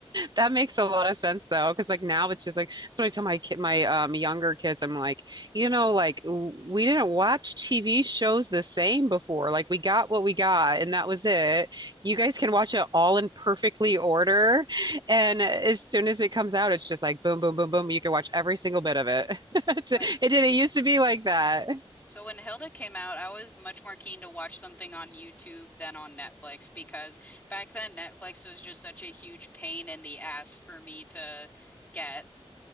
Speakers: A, on the right; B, on the left.
A: That makes a lot of sense though, because like now it's just like so I tell my kid, my um younger kids, I'm like, you know, like w- we didn't watch TV shows the same before. Like we got what we got, and that was it. You guys can watch it all in perfectly order, and as soon as it comes out, it's just like boom, boom, boom, boom. You can watch every single bit of it. <laughs> It's-
B: <laughs>
A: It didn't used to be like that.
B: So when Hilda came out, I was much more keen to watch something on YouTube than on Netflix because back then Netflix was just such a huge pain in the ass for me to get.